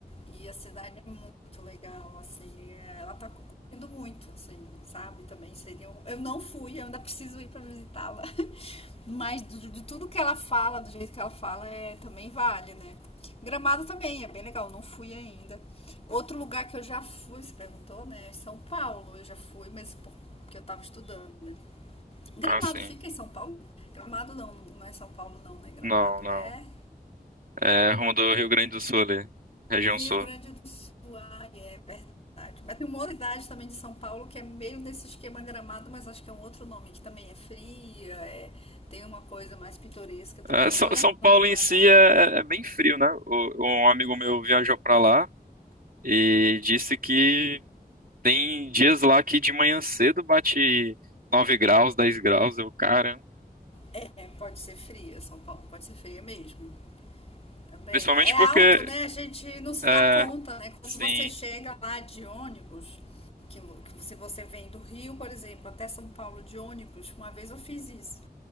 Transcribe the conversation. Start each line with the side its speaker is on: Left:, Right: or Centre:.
Left: e a cidade é muito legal, assim, é, ela tá curtindo muito, assim, sabe? Também seria. um- Eu não fui, eu ainda preciso ir pra visitá-la. <laughs> Mas de, de tudo que ela fala, do jeito que ela fala, é, também vale, né? Gramado também é bem legal, não fui ainda. Outro lugar que eu já fui, você perguntou, né? é São Paulo, eu já fui, mas por- porque eu tava estudando, né? Gramado
Right: Assim,
Left: fica em São Paulo? Gramado não, não é São Paulo não, né? Gramado
Right: não, não.
Left: é
Right: É rumo do Rio Grande do Sul ali, região
Left: Rio
Right: sul.
Left: Grande do Sul. Ah, é verdade. Mas tem uma outra cidade também de São Paulo que é meio nesse esquema Gramado, mas acho que é um outro nome, que também é fria, é- tem uma coisa mais pitoresca também.
Right: É,
Left: Não
Right: São
Left: tô lembrando
Right: São Paulo
Left: o nome
Right: em si
Left: agora.
Right: é, é bem frio, né? O- Um amigo meu viajou pra lá. e disse que tem dias lá que de manhã cedo bate 9 graus, 10 graus. Eu, cara,
Left: É, pode ser fria, São Paulo pode ser feia mesmo. Também.
Right: principalmente
Left: É
Right: porque,
Left: alto, né? A gente não se
Right: é,
Left: dá conta, né? Quando
Right: sim,
Left: você chega lá de ônibus, que, que se você vem do Rio, por exemplo, até São Paulo de ônibus, uma vez eu fiz isso.